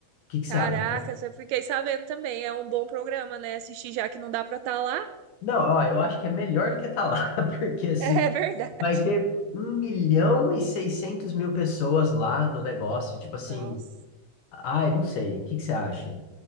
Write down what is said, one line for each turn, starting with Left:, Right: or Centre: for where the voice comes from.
Left: que que
Right: Caraca,
Left: você acha?
Right: eu fiquei sabendo também, é um bom programa, né? Assistir já que não dá pra estar lá. <laughs>
Left: Não, ó, eu acho que é melhor do que tá lá, <laughs> porque assim.
Right: É verdade.
Left: Vai ter um milhão e seiscentos mil pessoas lá no negócio. Tipo assim,
Right: Nossa.
Left: ai, não sei, o que que você acha?